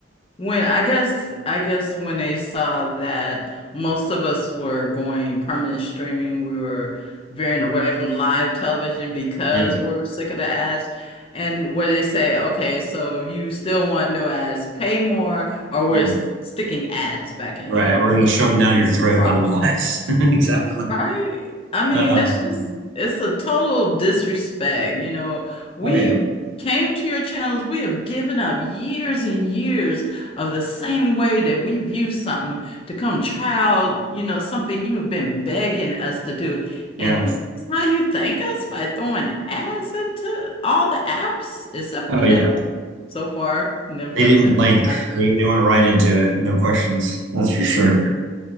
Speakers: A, on the left (about 30°); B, on the right (about 85°).
A: When I guess I guess when they saw that most of us were going permanent streaming, we were veering away from live television because
B: Yeah,
A: we're sick of the ads. And where they say, okay, so if you still want no ads, pay more, or we're
B: yeah.
A: s- sticking ads back in
B: Right,
A: here. And I'm
B: we're
A: like,
B: gonna shove them down
A: it's
B: your throat
A: a crime.
B: otherwise. <laughs> Exactly.
A: Right? I mean,
B: Um,
A: that's just, it's a total disrespect. You know, we
B: oh yeah,
A: came to your channels, we have given up years and years of the same way that we view something to come try out, you know, something you have been begging us to do.
B: yeah.
A: And now you thank us by throwing ads into all the apps except
B: Oh
A: for Netflix.
B: yeah.
A: So far, Netflix
B: They didn't
A: has
B: blink.
A: not done-
B: They they went right into it. No questions. That's for sure.